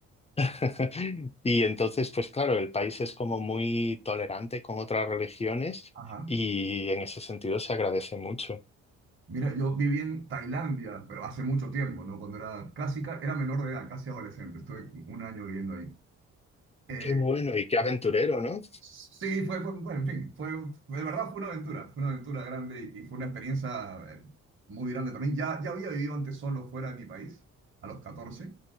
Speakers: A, on the left; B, on the right.
A: <laughs> Y entonces, pues claro, el país es como muy tolerante con otras religiones
B: Ajá.
A: y en ese sentido se agradece mucho.
B: Mira, yo viví en Tailandia, pero hace mucho tiempo, ¿no? Cuando era casi, ca- era menor de edad, casi adolescente. Estuve un año viviendo ahí. Eh,
A: Qué bueno y qué aventurero, ¿no?
B: Sí, fue, fue, bueno, en fin, fue, fue- de verdad fue una aventura, fue una aventura grande y, y fue una experiencia eh, muy grande también. Ya, ya había vivido antes solo fuera de mi país, a los 14